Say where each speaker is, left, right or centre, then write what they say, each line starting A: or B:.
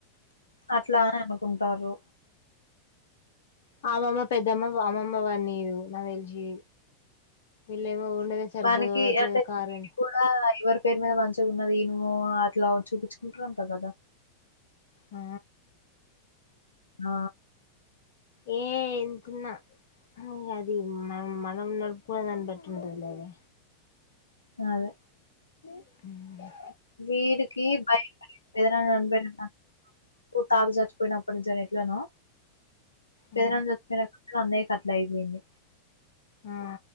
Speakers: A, on the left (about 80°); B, on the left (about 55°).
A: అట్లా అని అనుకుంటారు
B: అమ్మమ్మ పెద్దమ్మ అమ్మమ్మ వానిదు నాకు తెలిసి వీళ్ళేమో ఉండేదే సరిగ్గా
A: వానికి
B: తోలట్లేదు
A: అంటె దినికి
B: కారు
A: కూడా ఎవరు పేరు మీద మంచిగా ఉన్నది ఈనుమో అట్లా చూపించుకుంటారు అంట కదా
B: ఆ
A: ఆ
B: ఏ ఎంతున్నా కాని అది మనం మనం నడుపునేదాని బట్టి ఉంటది లేవే
A: అదే
B: ఉ
A: వీడికి భయం భయం పెదనాన్న అందరి తాత చచ్చిపోయినప్పటి నుంచి ఎట్లనో
B: ఆ
A: పెదనాన చచ్చిపోయిన అన్నయ్య కు కట్లా అయిపోయింది
B: ఆ